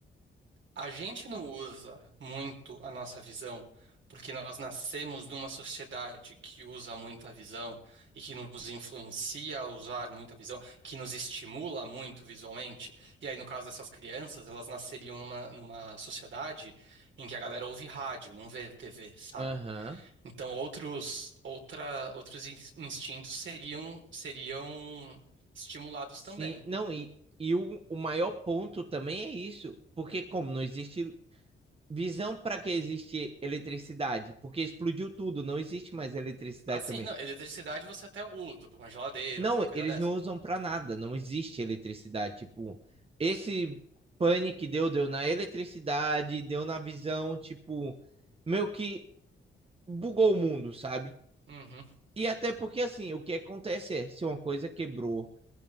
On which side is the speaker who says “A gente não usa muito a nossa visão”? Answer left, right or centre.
Right